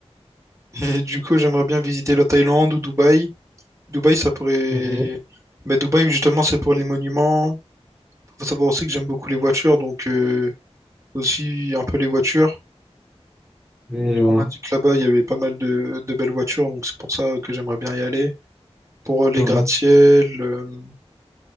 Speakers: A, on the right; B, in the centre.
A: <laughs> Et du coup, j'aimerais bien visiter la Thaïlande ou Dubaï. Dubaï, ça pourrait.
B: Oui,
A: Mais Dubaï, justement, c'est pour les monuments. Faut savoir aussi que j'aime beaucoup les voitures, donc euh, aussi un peu les voitures.
B: oui, je vois.
A: On m'a dit que là-bas, il y avait pas mal de, de belles voitures, donc c'est pour ça que j'aimerais bien y aller. Pour euh, les
B: Hmm.
A: gratte-ciel, euh,